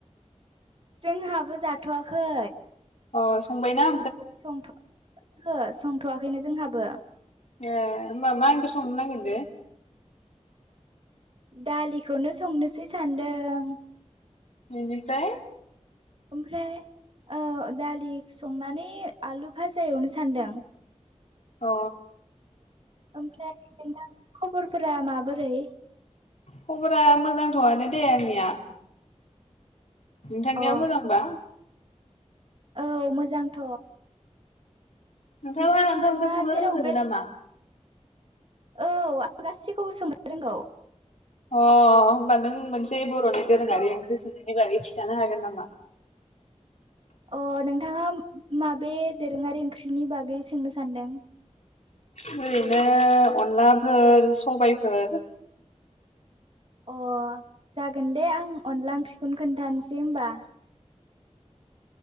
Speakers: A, on the right; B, on the left.
A: जोंहाबो जाथ'वाखै
B: अ संबाय ना?
A: संथ' खो संथ'वाखैनो जोंहाबो।
B: ए होमबा मा ओंख्रि संनो नागिरदो?
A: दालिखौनो संनोसै सान्दों।
B: बेनिफ्राय?
A: ओमफ्राय औ दालि संनानै आलु भाजा एवनो सानदों।
B: अ।
A: ओमफ्राय नों दा खबरफोरा माबोरै।
B: खबरा मोजांथ' आनो दे आंनिया। नोंथांनिया
A: अ
B: मोजांबा?
A: औ मोजांथ'।
B: नोंथांहा
A: ओमफ्राय
B: ओंखाम
A: नोंथाङा
B: ओंख्रि संनो
A: जेराव
B: रोंजोबो
A: बे
B: नामा?
A: औ आं गासिखौबो सोंनो रोंगौ।
B: अ होमबा नों मोनसे बर'नि
A: फोरखौ
B: दोरोङारि ओंख्रि संनायनि बागै जानो हागोन नामा?
A: अ नोंथाङा माबे दोरोङारि ओंख्रिनि बागै सोंनो सान्दों
B: ओरैनो अनलाफोर सबायफोर
A: अ जागोन दे आं अनला ओंख्रिखौनो खोन्थानोसै होमबा